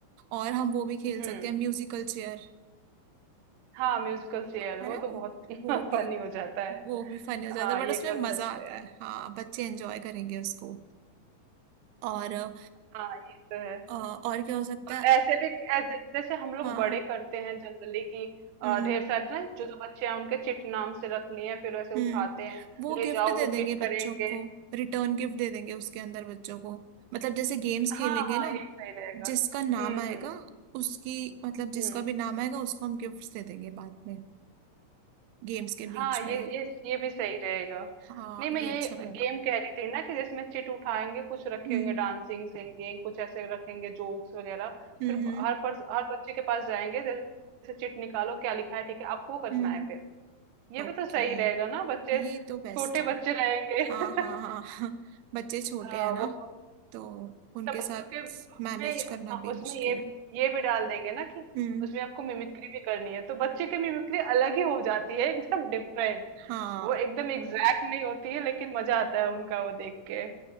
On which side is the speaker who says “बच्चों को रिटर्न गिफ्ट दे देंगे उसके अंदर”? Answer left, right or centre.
Right